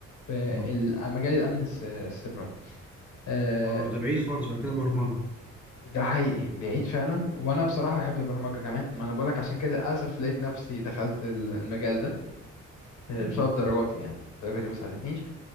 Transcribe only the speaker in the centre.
مم.
اه ده بعيد خالص بقى كده برمجة
مم.